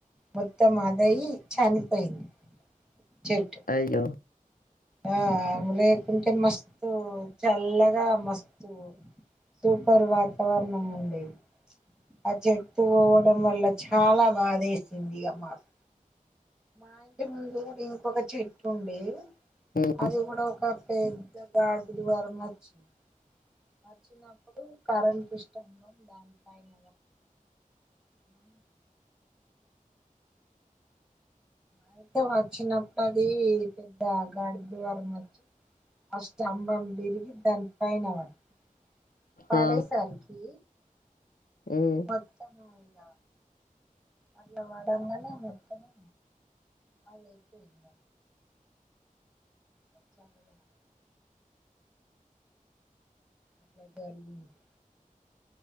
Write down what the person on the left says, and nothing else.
అయ్యో
ఉమ్
ఆ ఉమ్